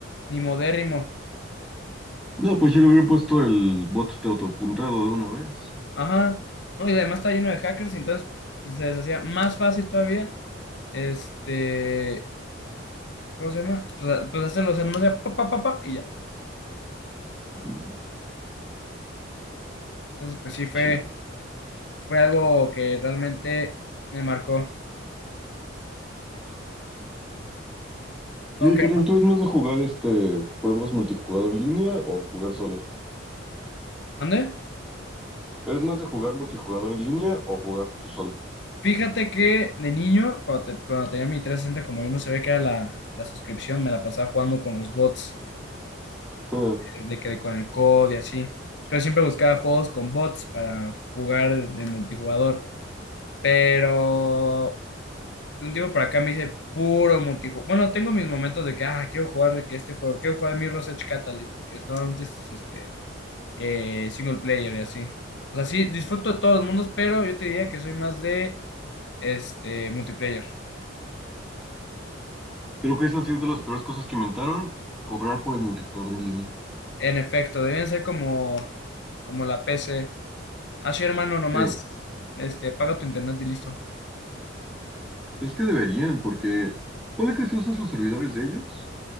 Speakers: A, on the left; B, in the centre.
A: ni modérrimo.
B: No, pues yo le hubieran puesto el bot de autopuntado de una vez.
A: Ajá. No, y además está lleno de hackers, y entonces pues, se les hacía más fácil todavía, este, ¿cómo se llama? Pues, a- pues hacerlo, o sea, nomás era pa, pa, pa, pa, y ya.
B: Mm,
A: Entonces, pues sí, fue,
B: Chale.
A: fue algo que realmente me marcó. Ok,
B: Yo, carnal, ¿tú eres más de jugar este juegos multijugador en línea o jugar solo?
A: ¿mande?
B: ¿Eres más de jugar multijugador en línea o jugar tú solo? <laughs>
A: Fíjate que de niño, cuando, te- cuando tenía mi 360, como yo no sabía que era la, la suscripción, me la pasaba jugando con los bots,
B: Ah,
A: eh, de que con el COD y así. Entonces siempre buscaba juegos con bots para jugar el multijugador. Pero de un tiempo para acá me hice puro multijugador. Bueno, tengo mis momentos de que, ah, quiero jugar de que este juego, quiero jugar Mirror's Edge Catalyst, de que es- normalmente es este, eh, single player y así. O sea, sí, disfruto de todos los mundos, pero yo te diría que soy más de este multiplayer.
B: Creo que eso ha sido de las peores cosas que inventaron, cobrar por el multijugador en línea.
A: En efecto, deben ser como, como la P C Así, hermano, nomás,
B: Sí,
A: este, paga tu internet y listo.
B: es que deberían, porque puede que si usas los servidores de ellos,